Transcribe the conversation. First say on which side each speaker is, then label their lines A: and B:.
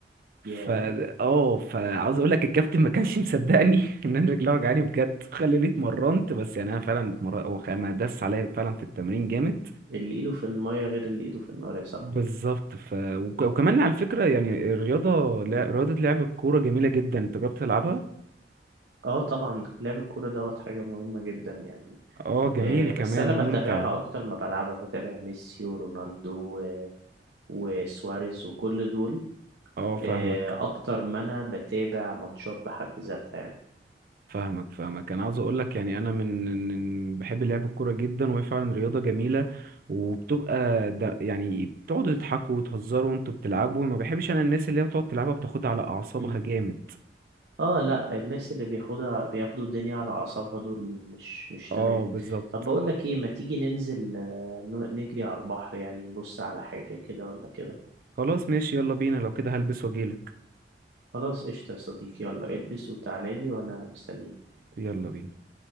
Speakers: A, on the right (about 80°); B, on the right (about 55°).
A: ياه
B: ف اه فعاوز اقول لك الكابتن ما كانش مصدقني <laughs> ان انا رجلي وجعاني بجد خلاني اتمرنت
A: <laughs> مهم.
B: بس يعني انا فعلا اتمرنت هو خ- ما داس عليا فعلا في التمرين جامد
A: اللي ايده في المية غير اللي ايده في النار يا صاحبي
B: بالظبط ف... وك- وكمان على فكرة يعني الرياضة لا رياضة لعب الكورة جميلة جدا انت جربت تلعبها
A: اه طبعا لعب الكورة دوت حاجة مهمة جدا يعني
B: اه جميل
A: آه، بس
B: كمان
A: انا بتابعها
B: وممتع
A: اكتر ما بلعبها بتابع ميسي ورونالدو و- وسواريز وكل دول
B: اه فاهمك
A: آه، اكتر ما انا بتابع ماتشات بحد ذاتها يعني
B: فاهمك فاهمك انا عاوز اقول لك يعني انا من من- بحب لعب الكورة جدا وهي فعلا رياضة جميلة وبتبقى ده يعني بتقعدوا تضحكوا وتهزروا وانتوا بتلعبوا ما بحبش انا الناس اللي هي بتقعد تلعبها بتاخدها على اعصابها
A: مم.
B: جامد
A: اه لا الناس اللي بياخدها بياخدوا الدنيا على اعصابها دول مش مش
B: اه
A: تمام
B: بالظبط
A: طب بقول لك ايه ما تيجي ننزل آه، ن- نجري على البحر يعني نبص على حاجة كده ولا كده
B: خلاص ماشي يلا بينا لو كده هلبس واجيلك
A: خلاص قشطة يا صديقي يلا البس وتعالى لي وانا مستنيك
B: يلا بينا